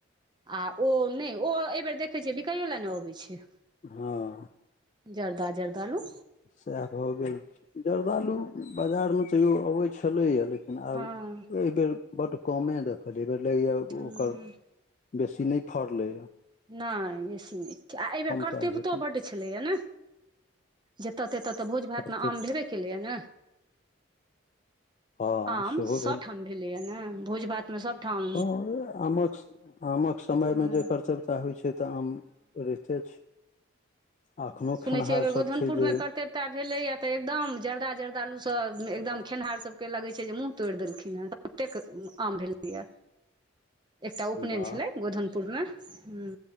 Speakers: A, on the right; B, on the left.
A: आ ओ नेइ ओ एहिबेर देखै छियै बिकाइयो ले नइ अबै छै
B: हँ
A: जर्दा जर्दालू
B: सएह भऽ गेल जर्दालु बाजारमे तैयो अबैत छलैया लेकिन लेकिन आब
A: हँ
B: एहि बेर बड्ड कमे देखल एहि बेर लागि जाए
A: हँ
B: ओकर बेसी नहि फड़लै ह
A: नय बेसी नय छै आ एहि बेेर कर्तव्यतो
B: कयल हेतै
A: बड्ड छलैए नः जेत तेत तऽ भोज भातमे
B: फड़तै
A: आम भेबे केलैए नऽ
B: हँ
A: आम
B: सेहो
A: सबठाम भेलैए नऽ भोज भातमे सबठाम
B: ह आमक आमक समयमे
A: हँ
B: जेकर सबहक सेह होइ छै तऽ आम रहिते छै
A: हूं
B: एखनो
A: सुनै
B: खेनिहार
A: छियै एहि बेेर
B: सब
A: गोधनपुरमे
B: छै जे
A: करते एकटा भेलैए तऽ एकदम जर्दा जर्दालू सब एकदम खेनिहार सबके लगै छै जे मुँह तोड़ि देलखिन हेँ ओतेक आम भेलैए एकटा उपनयन
B: वाह
A: छलै गोधनपुरमे हू